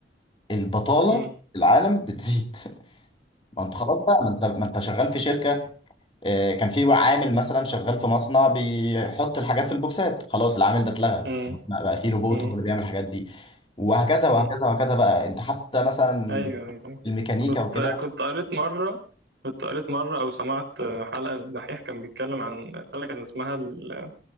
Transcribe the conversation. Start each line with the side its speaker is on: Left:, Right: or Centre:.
Left: البطاله
Right: امم
Left: في العالم بتزيد <laughs> ما انت خلاص بقى ما انت ما انت شغال في شركه آه، كان في عامل مثلا شغال في مصنع بيحط الحاجات في البوكسات خلاص العامل ده اتلغى
Right: <laughs>
Left: بقى في روبوت
Right: امم
Left: هو اللي بيعمل الحاجات دي وهكذا
Right: امم
Left: وهكذا وهكذا بقى انت حتى مثلا
Right: ايوه أيوة.
Left: الميكانيكا
Right: كنت
Left: وكده
Right: كنت قريت مره كنت قريت مره او سمعت حلقه للدحيح كان بيتكلم عن حلقه كان اسمها ال-